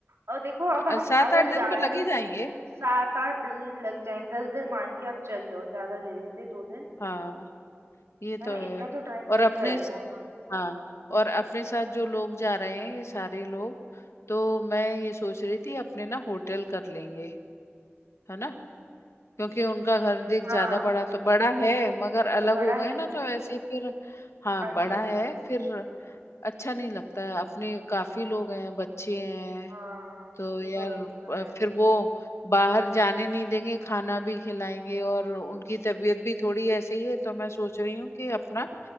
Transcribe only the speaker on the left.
अ, सात
आठ दिन
तो लग
ही जाएंगे
हाँ ये तो
है
और
अपने
हाँ और अपने साथ जो लोग जा रहे हैं ये सारे लोग तो मैं ये सोच रही थी अपने ना होटल कर लेंगे है ना क्योंकि उनका घर देख
ज्यादा बड़ा तो बड़ा है मगर अलग
हो गए
ना तो ऐसे फिर हाँ
बड़ा
है
फिर अच्छा नहीं लगता है अपने काफी लोग हैं बच्चे हैं
तो
यार
अ,
फिर वो बाहर जाने नहीं देंगे खाना भी खिलाएंगे और उनकी तबीयत भी थोड़ी ऐसे ही है तो मैं सोच रही हूँ कि अपना